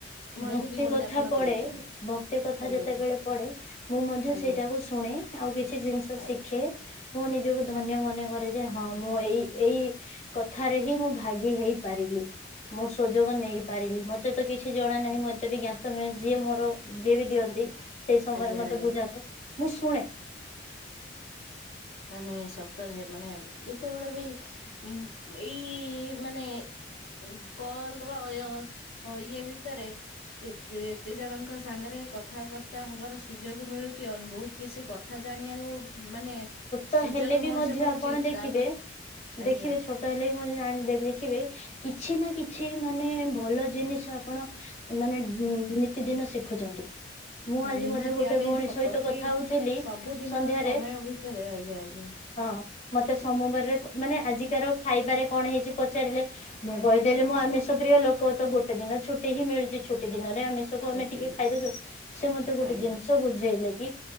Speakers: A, on the left (about 60°); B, on the left (about 35°).
A: ମଣିଷ
B: ଭକ୍ତି
A: ଜୀବନ
B: କଥା
A: ଯାପନ
B: ପଡ଼େ
A: କରୁଛନ୍ତି
B: ଭକ୍ତି କଥା
A: ଆଜ୍ଞା
B: ଯେତେବେଳେ ପଡ଼େ ମୁଁ ମଧ୍ୟ
A: ଆଜ୍ଞା ଆଜ୍ଞା
B: ସେଇଟାକୁ ଶୁଣେ। ଆଉ କିଛି ଜିନିଷ
A: ଆଜ୍ଞା
B: ଶିଖେ ମୁଁ ନିଜକୁ ଧନ୍ୟ ମନେ ମନେକରେ ଯେ ହଁ ମୁଁ ଏଇ ଏଇ କଥାରେ ହିଁ ମୁଁ ଭାଗି ହେଇ ପାରିବି। ମୁଁ ସୁଯୋଗ ନେଇପାରିଲି ମତେ ତ କିଛି ଜଣା ନାହିଁ ମୋ ଏତେ ବି ଜ୍ଞାତ ନୁହେଁ ଯିଏ ମୋର ଯିଏ ବି ଦିଅନ୍ତି ସେଇ ସମୟରେ
A: ଆଜ୍ଞା
B: ମତେ
A: ଆଜ୍ଞା।
B: ବୁଝାନ୍ତି ମୁଁ ଶୁଣେ
A: ମାନେ ସତରେ ମାନେ ଯେତେବେଳେ ବି ଉଁ ଏଇ ମାନେ ଉଁ କଲ୍ ର ଅୟ ଇଏ ଭିତରେ ଏତେ ଏତେ ଜଣଙ୍କ ସାଙ୍ଗରେ କଥାବାର୍ତ୍ତା ହବାର ସୁଯୋଗ ମିଳୁଛି ଆହୁରି ବହୁତ କିଛି କ କଥା ଜାଣିବାକୁ ମାନେ
B: ତ
A: ସୁଯୋଗ
B: ହେଲେ ବି
A: ମଣିଷ
B: ମଧ୍ୟ
A: ପାଉଛି
B: ଆପଣ ଦେଖିବେ
A: ତାପରେ ଆଜ୍ଞା
B: ଦେଖିବେ ଛୋଟ ହେଲେ ବି ମଧ୍ୟ ଜାଣ ଦେଖିବେ କିଛି ନା କିଛି ମାନେ ଭଲ ଜିନିଷ ଆପଣ ମାନେ ଉଁ ନିତିଦିନ ଶିଖୁଛନ୍ତି। ମୁଁ
A: ନିହାତି
B: ଆଜି ମଧ୍ୟ ଗୋଟେ
A: ଆମେ
B: ଭଉଣୀ
A: ସ
B: ସହିତ
A: ପ୍ରତି
B: କଥା ହଉଥିଲି
A: ସବୁଦିନ
B: ସନ୍ଧ୍ୟାରେ
A: ସମୟ ଭିତରେ ଆଜ୍ଞା ଆଜ୍ଞା।
B: ହଁ ମତେ ସୋମବାରରେ ମାନେ ଆଜିକାର ଖାଇବାରେ କଣ ହେଇଛି ପଚାରିଲେ ମୁଁ କହିଦେଲି ମୁଁ ଆମିଷ ପ୍ରିୟ ଲୋକ ତ ଗୋଟେ ଦିନ ଛୁଟି ହିଁ ମିଳୁଛି ଛୁଟି ଦିନରେ ଆମିଷ କୁ ଆମେ
A: ଆଜ୍ଞା
B: ଟିକେ ଖାଇଦଉଛୁ ସେ ମତେ ଗୋଟେ
A: ଆଜ୍ଞା
B: ଜିନିଷ ବୁଝେଇଲେ କି